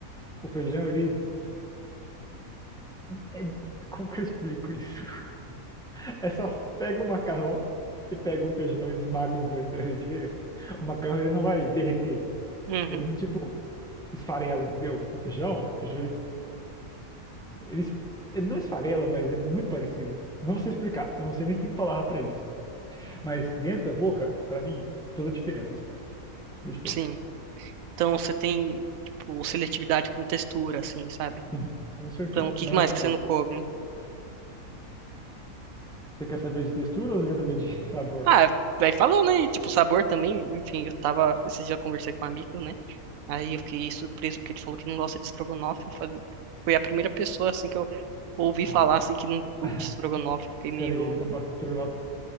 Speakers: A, in the centre; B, on the right.
A: O feijão, ele é- como que eu explico isso? <laughs> É só pega o macarrão e pega o feijão, esmaga os dois, você vê a diferença. O macarrão ele não vai derreter.
B: Uhum,
A: Ele não tipo esfarela, entendeu? O feijão, o feijão ele, ele, ele não esfarela, mas é muito parecido. Não sei explicar. Eu não sei nem se tem palavra pra isso. Mas dentro da boca, pra mim, toda a diferença isso faz. Toda a diferença.
B: sim. Então você tem, tipo, seletividade com textura, assim, sabe?
A: Sim, com certeza.
B: Então o que
A: Não
B: mais
A: é só
B: que
A: gosto.
B: você não come?
A: Você quer saber de textura ou você quer saber de <laughs> sabor?
B: Ah, vai falando aí, tipo, sabor também. Enfim, eu tava, esses dias eu conversei com um amigo, né? Aí eu fiquei surpreso porque ele falou que não gosta de estrogonofe. Eu falei, foi a primeira pessoa, assim, que eu ouvi
A: Ah.
B: falar, assim, que não curte
A: <laughs>
B: estrogonofe. Eu Fiquei meio,
A: Pera aí, ele não gosta de estrogonofe